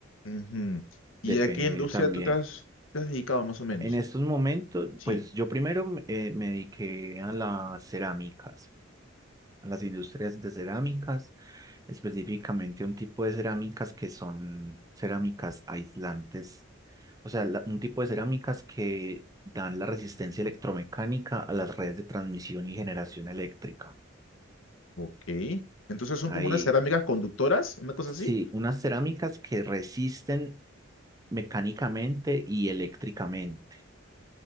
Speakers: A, on the left; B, on the right.
A: Ujú. ¿Y
B: Depende
A: a qué industria
B: también.
A: tú te has, te has dedicado más o menos?
B: En estos momentos,
A: Sí.
B: pues yo primero eh, me dediqué a las cerámicas, a las industrias de cerámicas, específicamente a un tipo de cerámicas que son cerámicas aislantes, o sea, la- un tipo de cerámicas que dan la resistencia electromecánica a las redes de transmisión y generación eléctrica.
A: Ok. Entonces son
B: Ahí,
A: como unas cerámicas conductoras, una cosa
B: sí,
A: así.
B: unas cerámicas que resisten mecánicamente y eléctricamente.